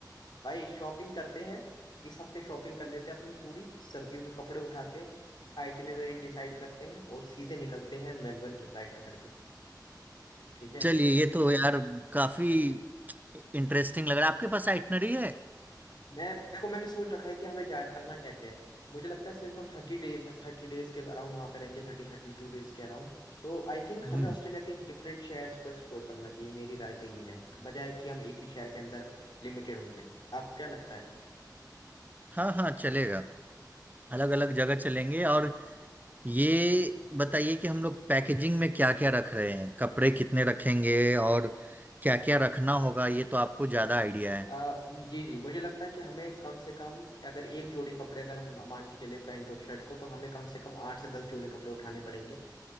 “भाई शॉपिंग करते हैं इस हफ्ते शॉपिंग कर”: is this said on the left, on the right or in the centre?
Left